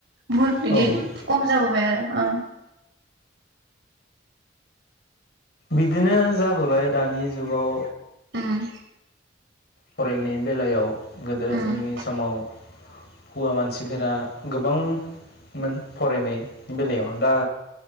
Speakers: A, on the right; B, on the left.
A: बुहुत
B: बहुद
A: बिदि खम जाबोबाय आरो ओ।
B: बिदिनो जाबोबाय दानि जुगाव।
A: उम
B: फरायनाय बेलायाव। गोदोनि
A: उम
B: समाव हौवा मानसिफोरा गोबांमोन फरायनाय बेलायाव दा